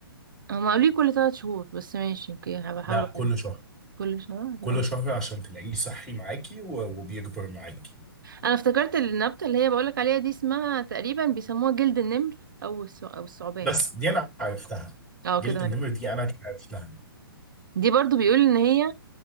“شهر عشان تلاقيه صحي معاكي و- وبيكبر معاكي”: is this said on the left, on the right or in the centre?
Centre